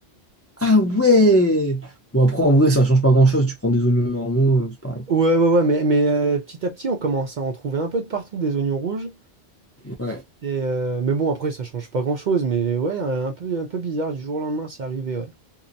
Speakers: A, on the left; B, on the right.
A: Ah ouais! Bon après en vrai ça change pas grand-chose. Tu prends des oignons normaux, euh, c'est pareil.
B: Ouais, ouais, ouais, mais, mais euh, petit à petit, on commence à en trouver un peu de partout des oignons rouges.
A: Ouais.
B: Et, euh, mais bon, après, ça change pas grand-chose. Mais ouais, un peu, un peu bizarre, du jour au lendemain, c'est arrivé, ouais.